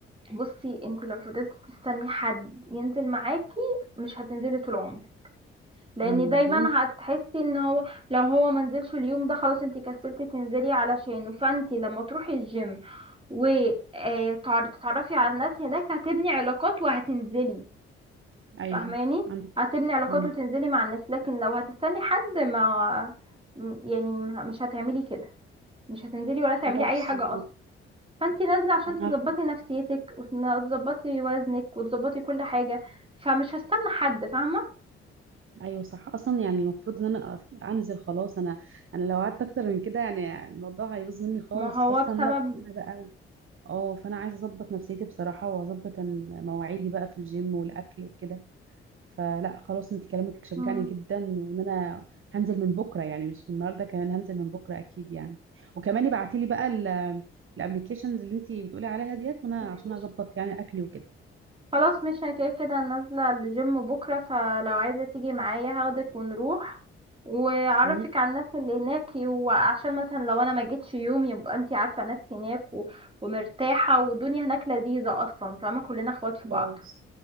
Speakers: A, on the right; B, on the right.
A: بصي انت لو فضلت تستني حد ينزل معاكي مش هتنزلي طول عمرك لان
B: امم
A: دايما
B: بعدين-
A: هتحسي ان هو لو هو منزلش اليوم ده خلاص انتي كسلتي تنزلي علشانه فانتي لما تروحي الجيم وتتعرفي على الناس هناك هتبني علاقات وهتنزلي
B: ايوه
A: فاهماني
B: عندك
A: هتبني
B: حق
A: علاقات
B: امم
A: وتنزلي مع الناس لكن لو هتستني حد ما م- يعني مش هتعملي كده مش هتنزلي ولا
B: خلاص
A: تعملي اي حاجة
B: انا
A: اصلا فانتي نازلة عشان
B: انا
A: تظبطي
B: هبدأ.
A: نفسيتك وتظبطي وزنك وتظبطي كل حاجة فمش هستنى حد فاهمة
B: ايوه صح اصلا يعني المفروض ان انا أف- انزل خلاص انا انا لو قعدت اكتر من كده يعني الموضوع هيبوظ مني خالص
A: ما هو
B: خاصه
A: بسبب
B: ان انا انا بقى اه فانا عايزه اظبط نفسيتي بصراحه واظبط إن- مواعيدي بقى في الجيم والاكل وكده فلا خلاص انت كلامك شجعني
A: مم.
B: جدا وان انا هنزل من بكره يعني مش من النهارده كمان هنزل من بكره اكيد يعني وكمان ابعتي لي بقى الابلكيشنز اللي انت بتقولي عليها ديت وانا
A: ماشي
B: عشان اظبط يعني اكلي وكده
A: خلاص مش أنا كده كده نازلة الجيم بكرة فلو عايزة تيجي معايا هاخدك ونروح وأعرفك
B: مم.
A: على الناس اللي هناك وعشان مثلا لو أنا ما جيتش يوم يبقى انتي عارفة ناس هناك و... ومرتاحة والدنيا هناك لذيذة أصلا فاهمة كلنا اخوات في
B: خلاص
A: بعض